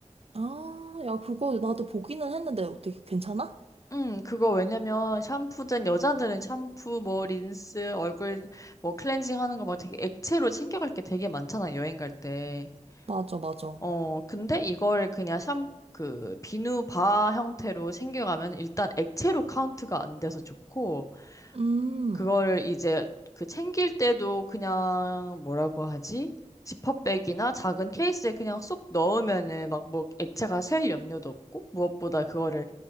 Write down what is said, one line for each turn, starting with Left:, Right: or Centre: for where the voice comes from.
Right: 아, 야, 그거 나도 보기는 했는데, 어떻게 괜찮아?
Left: 음, 그거 왜냐면 샴푸든 여자들은 샴푸, 뭐 린스, 얼굴 뭐 클렌징 하는 거 막 되게 액체로 챙겨갈 게 되게 많잖아, 여행 갈 때.
Right: 맞아, 맞아.
Left: 어, 근데 이걸 그냥 샴, 그 비누 바 형태로 챙겨가면 일단 액체로 카운트가 안 돼서 좋고
Right: 음.
Left: 그걸 이제 그 챙길 때도 그냥 뭐라고 하지? 지퍼백이나 작은 케이스에 그냥 쏙 넣으면은 막 뭐 액체가 셀 염려도 없고 무엇보다 그거를